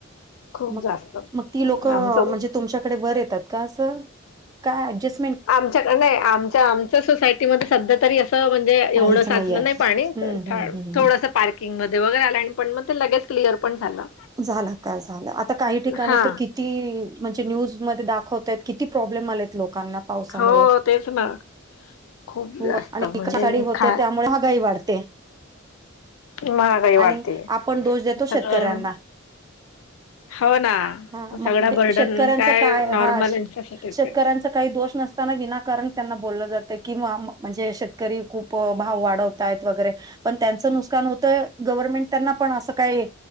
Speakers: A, on the left; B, on the right.
A: खूप
B: मग
A: जास्त अं,
B: मग ती लोकं
A: आमचं
B: म्हणजे तुमच्या कडे वर येतात का असं काय ऍडजस्ट
A: आमच्या नाही आमच्या आमच्या सोसायटीमध्ये सध्या तरी असं म्हण दे
B: काहीच
A: एवढं
B: नाहीये.
A: साचलं
B: हं,
A: नाही पाणी कर
B: हं,
A: थाड
B: हं,
A: थोडसा
B: हं.
A: पार्क किंग मध्ये वगैरे आलं आणि पण म ते लगेच क्लिअर पण झालं.
B: झाला का झालं आता काही ठिकाणी
A: हा
B: तर कि ती म्हणजे न्यूजमध्ये दाखवतात किती प्रॉब्लेम आलेत लोकांना. पावसामुळं
A: हो तेच ना. खूप
B: हो
A: जास्त
B: आणि <unintelligible>
A: म्हणजे
B: होते
A: खा
B: त्यामुळे महागाई वाढते.
A: महागाई वाढते
B: आणि आपण दोष देतो शेतकऱ्यांना.
A: सगळं हो ना
B: हा मग
A: सगळा
B: दे
A: बर्डन
B: शेतकऱ्यांचा काय
A: नॉर्मल
B: हा
A: यांच्यासाठीच
B: शेतकऱ्यांचा
A: आहे.
B: काही दोष नस ताना विनाकारण त्यांना बोललं जातं कि माम म्हणजे शेतकरी खूप भाव वाढवतय वगैरे. पण त्यांचं नुसकान होतंय गव्हर्नमेंट त्यांना पण असं काही